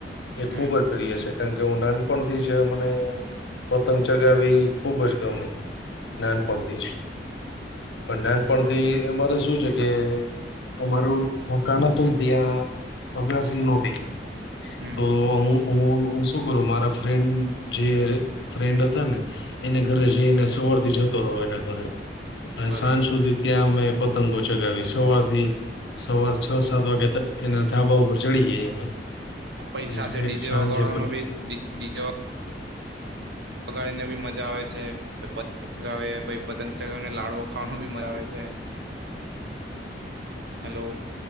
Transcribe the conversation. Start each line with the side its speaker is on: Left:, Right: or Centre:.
Left: એ ખુબ
Right: હમ
Left: જ પ્રિય છે કારણ કે હું નાનપણથી જ મને પતંગ ચગાવી ખુબ જ ગમે નાન પણ થીજ. પણ નાનપણથી
Right: બરોબર
Left: અમારે શું છે કે. અમારું મકાન હતું ત્યાં અગાસી નોતી.
Right: હમ
Left: તો હું હું હું શું કરું મારા ફ્રેન્ડ જે. ફ્રેન્ડ હતા ને એને ઘરે
Right: હમ
Left: જઈને સવારથી જતો રહો એના ઘરે. અને
Right: બરોબર
Left: સાંજ સુધી ત્યાં અમે પતંગો ચગાવી સવારથી. સવાર છ સાત વાગે ત એના ધાબા ઉપર ચડી જઈ અમે.
Right: પૈસા
Left: અને ઠેઠ
Right: થે ડીજે
Left: સાંજે
Right: વગાડવાનું
Left: પ
Right: બી ડી ડીજ. વગાડી ને ભી મજા આવે છે. એટલે હવે પછી પતંગ ચગાવેને લાડવો ખાવાનું બી મજા આવે છે. હેલો.